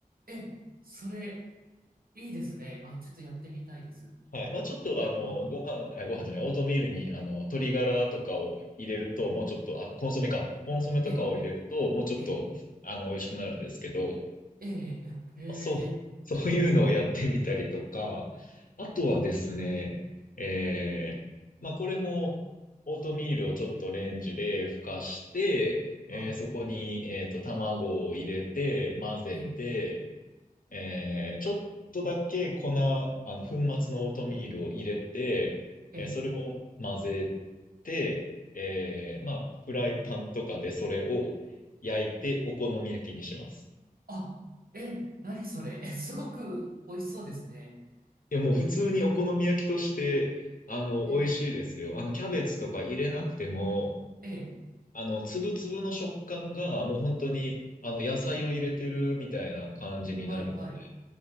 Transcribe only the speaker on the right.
え、それ、いいですね。あ、ちょっとやってみたいです。今晩。
今晩あ、
うん、
え、
え、え、
え、え、
はい、
え、
え、
あ、え、何それ。<laughs> えすごく美味しそうですね。
えー、
えー、
えー
はい、はい。